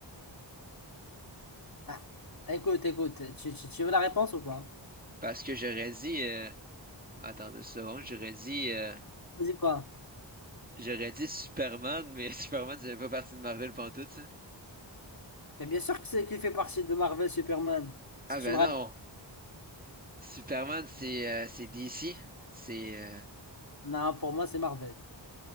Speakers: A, on the left; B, on the right.
A: Ah, écoute, écoute, tu, tu, tu veux la réponse ou pas?
B: Parce que j'aurais dit... Euh... Attends deux secondes, j'aurais dit... euh,
A: Vas-y, quoi?
B: J'aurais dit Superman, mais <laughs> Superman, ça fait pas partie de Marvel pantoute, ça.
A: Mais bien sûr que c'est qui fait partie de Marvel Superman. Parce
B: Ah
A: que
B: ben
A: je me rappelle-
B: non! Superman, c'est euh, c'est DC. C'est euh,
A: Non, pour moi, c'est Marvel.